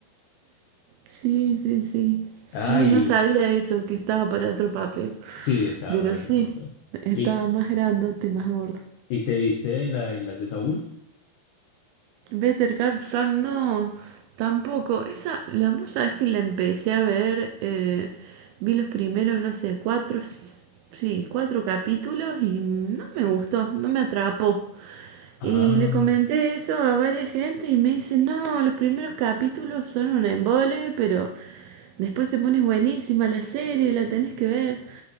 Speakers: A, on the right; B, on the left.
A: Sí, sí, sí.
B: Ay,
A: No, no sabía eso, que estaba para otro papel.
B: sí, estaba
A: Pero
B: para
A: sí,
B: otro papel.
A: estaba
B: ¿Y,
A: más grandote, más gordo.
B: y te viste la, de- la de Saúl?
A: Better Call Saul, no, tampoco. Esa, la musa es que la empecé a ver, eh, vi los primeros, no sé, cuatro, sí, sí, cuatro capítulos y no me gustó, no me atrapó.
B: Ah,
A: Y le comenté eso a varias gente y me dicen, no, los primeros capítulos son un embole, pero después se pone buenísima la serie, la tenés que ver.